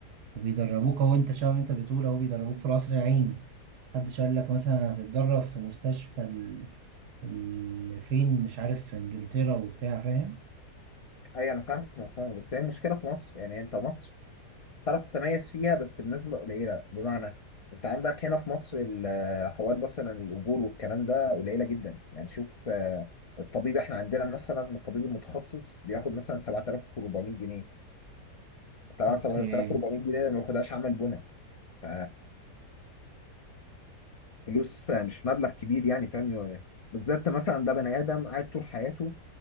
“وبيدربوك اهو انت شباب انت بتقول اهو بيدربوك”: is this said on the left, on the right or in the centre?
Right